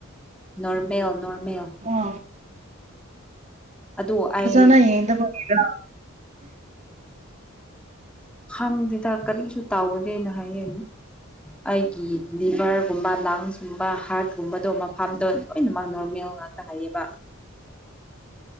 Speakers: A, in the centre; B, on the right (about 30°).
A: ꯅꯣꯔꯃꯦꯜ ꯅꯣꯔꯃꯦꯜ
B: ꯑꯣ
A: ꯑꯗꯨ ꯑꯩ
B: ꯐꯖꯥꯅ ꯌꯦꯡꯗꯕꯒꯤꯔꯥ
A: ꯈꯪꯗꯦꯗꯥ ꯀꯔꯤꯁꯨ ꯇꯧꯗꯦꯅ ꯍꯥꯏꯌꯦ ꯑꯩꯒꯤ ꯂꯤꯚꯔꯒꯨꯝꯕꯥ ꯂꯪꯁꯀꯨꯝꯕꯥ ꯍꯥꯔꯠꯀꯨꯝꯕꯗꯣ ꯃꯐꯝꯗꯣ ꯂꯣꯏꯅꯃꯛ ꯅꯣꯔꯃꯦꯜ ꯑꯗꯨꯀꯥꯟꯗ ꯍꯥꯏꯌꯦꯕꯥ